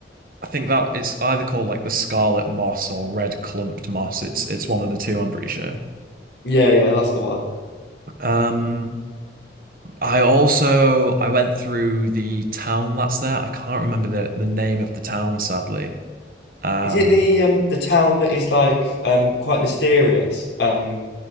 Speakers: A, on the right; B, on the left.
A: I think that it's either called like the Scarlet Moss or Red Clumped Moss. It's it's one of the two, I'm pretty sure.
B: Yeah, yeah, that's the one.
A: Um, I also I went through the town that's there. I can't remember the the name of the town, sadly Um,
B: Is it the um the town that is like um quite mysterious um